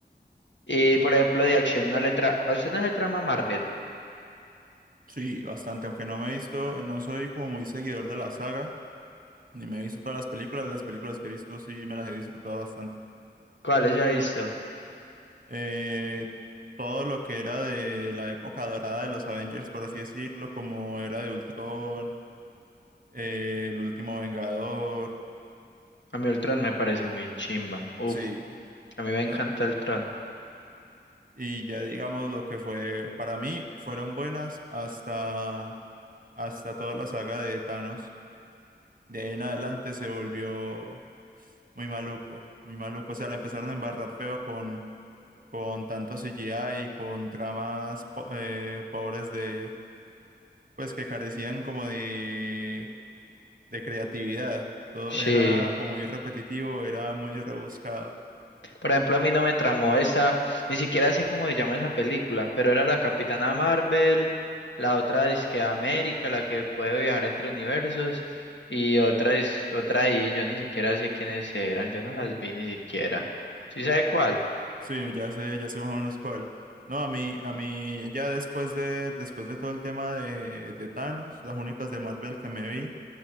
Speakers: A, on the left; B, on the right.
A: Y por ejemplo, de acción no le tra... ¿A usted no le trama Marvel?
B: Sí, bastante, aunque no me he visto, no soy como muy seguidor de la saga, ni me he visto todas las películas, las películas que he visto sí me las he disfrutado bastante.
A: ¿Cuál es ya visto?
B: Eh, todo lo que era de la época dorada de los Avengers, por así decirlo, como era de Ultron, eh, el último Vengador,
A: A mí Ultron me parece muy chimba. Uf.
B: sí.
A: A mí me encanta
B: O sea,
A: el Tron.
B: y ya digamos lo que fue, para mí fueron buenas hasta, hasta toda la saga de Thanos. De ahí en adelante se volvió Muy maluco, muy maluco. O sea, la empezaron a embarrar feo con, con tanto CGI y con tramas po- eh, pobres de, pues que carecían como de, de creatividad. Todo
A: Sí.
B: era o muy repetitivo, o era muy rebuscado.
A: Por ejemplo, a mí no me tramó esa, ni siquiera sé cómo se llama esa película, pero era la Capitana Marvel, la otra disque América, la que puede viajar entre universos, y otra dis- otra ahí, yo ni siquiera sé quiénes eran, yo no las vi ni siquiera. ¿Sí sabe cuál?
B: Sí, ya sé, ya sé más o menos cuál. No, a mí, a mí ya después de, después de todo el tema de, de Thanos, las únicas de Marvel que me vi